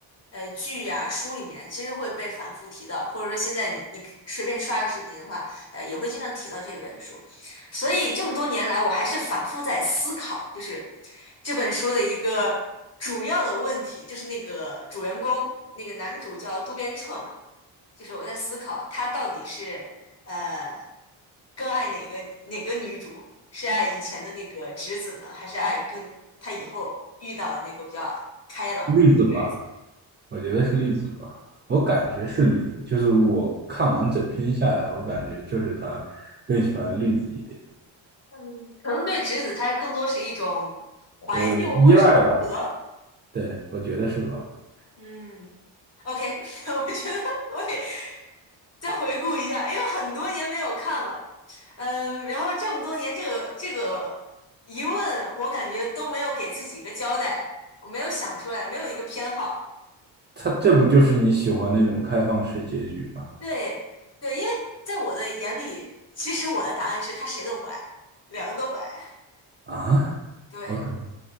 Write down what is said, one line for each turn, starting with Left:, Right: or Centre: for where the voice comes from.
Left: 呃剧啊书里面其实会被反复提到，或者说现在你你随便刷个视频的话，呃也会经常提到这本书。所以这么多年来，我还是反复在思考，就是这本书的一个主要的问题，就是那个主人公，那个男主叫渡边彻嘛，就是我在思考他到底是呃更爱哪个哪个女主，是爱以前的那个直子呢，还是爱更他以后遇到的那个比较开朗的那个绿子？
Right: 例子吧，我觉得是例子吧，我感觉是例子，就是我看完整篇下来，我感觉就是他更喜欢例子一点，
Left: 嗯，可能对直子，他更多是一种怀旧或者是自责。
Right: 呃，依赖吧，对，我觉得是吧？
Left: 嗯，OK，<laughs> 我觉得我得再回顾一下，因为很多年没有看了。嗯，然后这么多年，这个这个疑问，我感觉都没有给自己一个交代，我没有想出来，没有一个偏好。
Right: 他这不就是你喜欢那种开放式结局吗？
Left: 对对，因为在我的眼里，其实我的答案是他谁都不爱，两个都不爱。
Right: 啊？OK？
Left: 对，
Right: o k